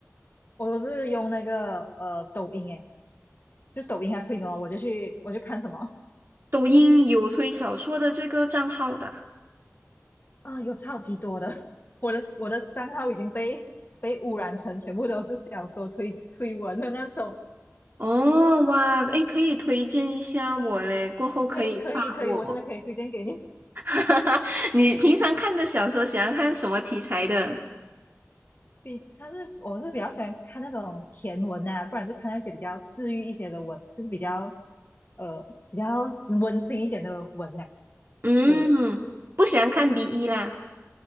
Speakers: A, on the left; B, on the right.
A: 我都是用那个呃抖音诶，就抖音它推什么我就去我就看什么
B: 抖音有推小说的这个账号的啊
A: 啊、有超级多的，我的我的账号已经被被污染成全部都是小说推推文的那种。
B: 哦，哇，诶，可以推荐一下我嘞，过后可以发我。
A: 嘿可以可以，我真的可以推荐给你。
B: <laughs> 你平常看的小说喜欢看什么题材的？
A: 比他是我是比较喜欢看那种甜文呐、不然就看那些比较治愈一些的文，就是比较呃比较温馨一点的文呐、
B: 嗯，
A: 对
B: 不喜欢看 BE 啦。